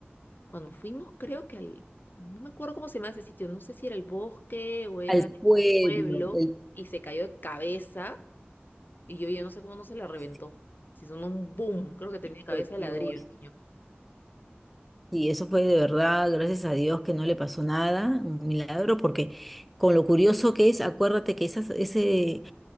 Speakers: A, on the left; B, in the centre.
A: Cuando fuimos, creo que al, no me acuerdo cómo se llama ese sitio, no sé si era el bosque o era
B: Al
A: el
B: pueblo,
A: pueblo,
B: el...
A: y se cayó de cabeza, y yo ya no sé cómo no se la reventó.
B: sí,
A: Si sonó un boom, creo que tenía cabeza
B: por
A: de
B: Dios.
A: ladrillo el niño.
B: Sí, eso fue de verdad, gracias a Dios que no le pasó nada, un milagro, porque con lo curioso que es, acuérdate que esas, ese,